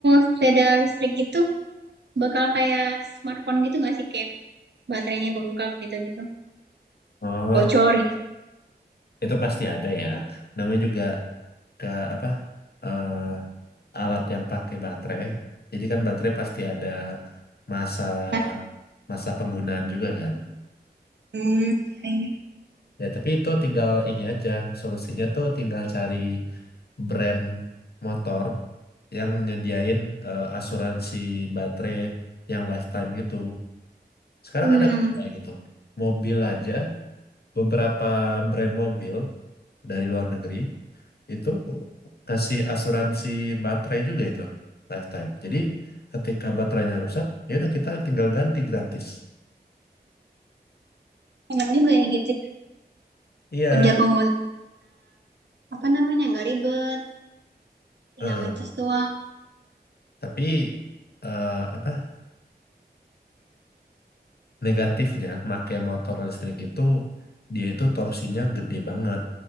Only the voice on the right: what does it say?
sepeda listrik gitu bakal kayak smartphone gitu nggak sih? Kayak baterainya bengkak gitu-gitu.
Bocor
gitu.
Hmm, iya, iya.
Hmm,
enak juga ya gitu. ya.
Udah pengguna apa namanya nggak ribet, tinggal
ngecas doang.